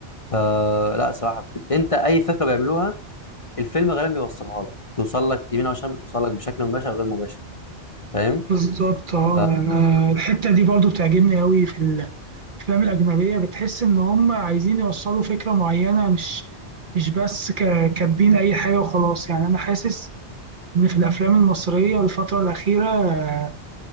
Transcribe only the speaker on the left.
فلا صراحه ب... انت اي فكره بيعملوها الفيلم غالبا بيوصلها لك توصل لك يمين او شمال بتوصل لك بشكل مباشر او غير مباشر فاهم
ف